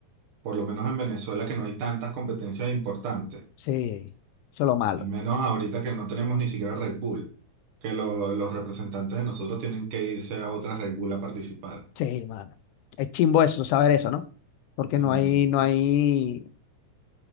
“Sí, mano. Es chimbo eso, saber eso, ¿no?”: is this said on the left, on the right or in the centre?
Left